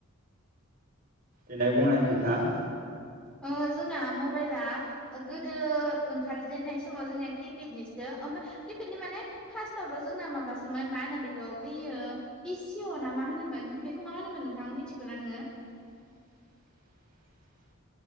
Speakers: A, on the right; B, in the centre.
A: दे बुंलाय नोंथाङ
B: ओ जोंना मबाइला गोदो ओंखारजेेननाय समाव जोंनिया किपेडनिसो ओमफ्राय केफेटनि माने फार्स्ट आट' जोंना माबासोमोन मा होनो बेखौ यो इसिअ ना मा होनोमोन बेखौ मा होनोमोन नोंथां मिथिखौ ना नोङो
A: <unintelligible> <inaudible>